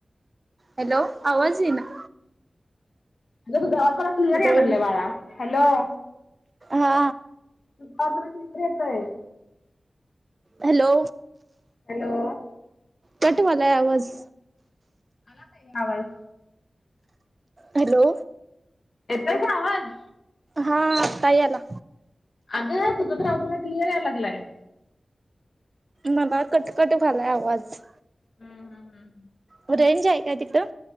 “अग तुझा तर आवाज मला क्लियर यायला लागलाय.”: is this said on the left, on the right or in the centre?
Left